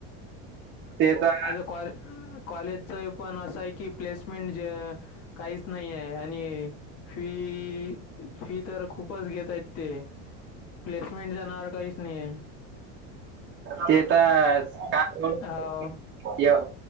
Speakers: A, on the right; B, on the left.
A: ते तर
B: कॉ कॉलेजचं पणं असं आहे की प्लेसमेंट जे कांहींच नाहीं आहे आणि फी फी तरं खूपचं घेतंय ते प्लेसमेंट च्याणावां वरं कांहींच नाहीं आहे
A: ते तरं कायं
B: हो